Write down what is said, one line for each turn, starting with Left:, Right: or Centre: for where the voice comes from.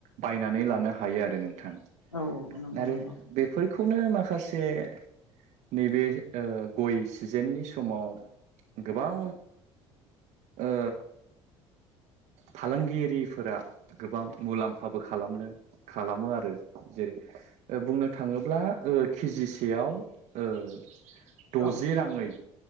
Right: बायनानै लानो हायो आरो नों थां
Left: औ नंगौ
Right: आरो
Left: नंगौ
Right: बेफोरखौनो माखासे खासे नैबे गय सिजेननि समाव गोबां ओ फालांगियफोरा गोबां मुलामफाबो खालामनो खालामो आरो जेरै बुंनो थाङोब्ला ओ केजिसेयाव ओ द'जि
Left: औ
Right: राङै